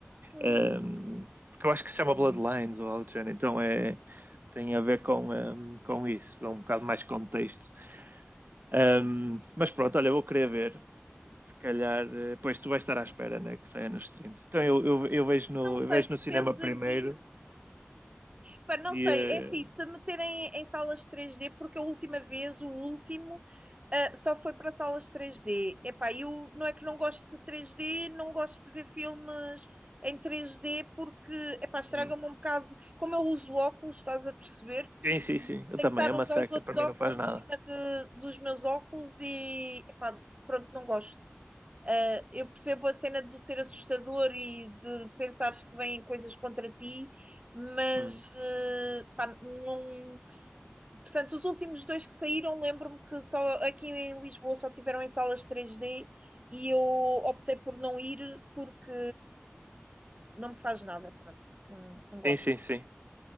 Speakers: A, on the right; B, on the right.
A: Hum.
B: Um, porque eu acho que se chama Bloodlines ou algo do género, então é. Tem a ver com, um, com isso, dá um bocado mais contexto. Um, mas pronto, olha, eu vou querer ver se calhar, eh, pois tu vais estar à espera, né, que saia nos streams. Então eu, eu, eu vejo, no,
A: Não sei,
B: eu vejo
A: depende
B: no cinema primeiro
A: aqui. Pá, Não
B: e,
A: sei,
B: eh,
A: é assim, se meterem em salas 3D, porque a última vez, o último, ah, só foi para salas 3D. Epá, eu não é que não gosto de 3D, não gosto de ver filmes em 3D, porque, epá, estraga-me
B: Uhum.
A: um bocado. Como eu uso óculos, estás a perceber?
B: Sim, sim, sim. Eu
A: Tenho
B: também.
A: que estar
B: É uma
A: a usar
B: seca.
A: os outros
B: Para
A: óculos
B: mim não faz
A: por
B: nada.
A: cima de- dos meus óculos e, epá, pronto, não gosto. Uh, eu percebo a cena de ser assustador e de pensares que vêm coisas contra ti, mas
B: Uhum.
A: uh, pá, não... portanto, os últimos dois que saíram, lembro-me que só aqui em Lisboa só tiveram em salas 3D e eu optei por não ir porque não me faz nada, pronto, não, não gosto.
B: Sim, sim, sim.